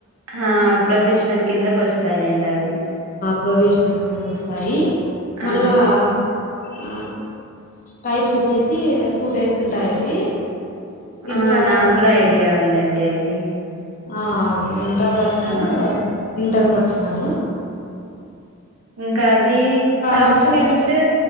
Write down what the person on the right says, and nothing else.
ఆ ప్రొఫెషనల్ కిందకు వస్తదండి అది
ఆ
ఆ నాకు
కూడా ఐడియా ఉందండి అది
ఆ
ఇంకాది సాఫ్ట్
స్కిల్సు